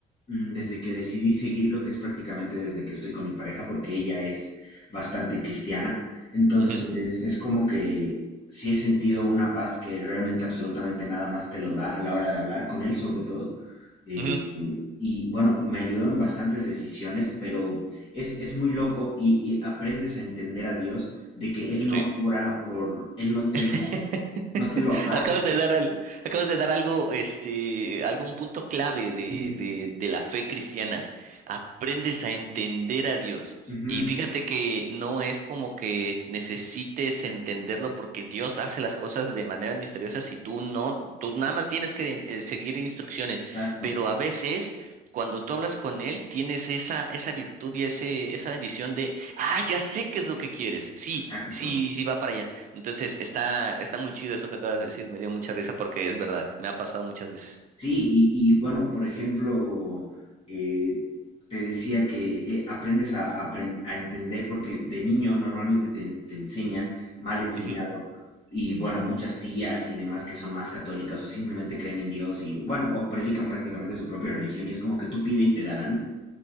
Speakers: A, on the left; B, on the right.
A: mm, desde que decidí seguir lo que es prácticamente desde que estoy con mi pareja, porque ella es bastante cristiana, entonces
B: Ujú,
A: es como que sí he sentido una paz que realmente absolutamente nada más te lo da a la hora de hablar con él, sobre todo.
B: ujú,
A: Mm, Y bueno, me ayudó en bastantes decisiones, pero es, es muy loco y, y aprendes a entender a Dios de que Él no
B: sí.
A: obra por, Él no te
B: <laughs>
A: lo, no te lo hace.
B: Acabas de dar al- acabas de dar algo, este, algún punto clave de,
A: Ujú,
B: de, de la fe cristiana. Aprendes a entender a Dios.
A: ujú,
B: Y fíjate que no es como que necesites entenderlo porque Dios hace las cosas de maneras misteriosas y tú no, tú nada más tienes que eh, seguir instrucciones.
A: exacto,
B: Pero a veces, cuando tú hablas con Él, tienes esa, esa virtud y ese, esa bendición de, ah, ya sé qué es lo que quieres. Sí,
A: exacto.
B: sí, sí va para allá. Entonces, está, está muy chido eso que acabas de decir, me dio mucha risa porque es verdad, me ha pasado muchas veces.
A: Sí, y, y, bueno, por ejemplo, eh, te decía que eh, aprendes a, a apren- a entender porque de niño normalmente te, en- te enseñan mal enseñado
B: Ujú,
A: y bueno, muchas tías y demás que son más católicas o simplemente creen en Dios y bueno, o predican prácticamente su propia religión y es como que tú pide y te darán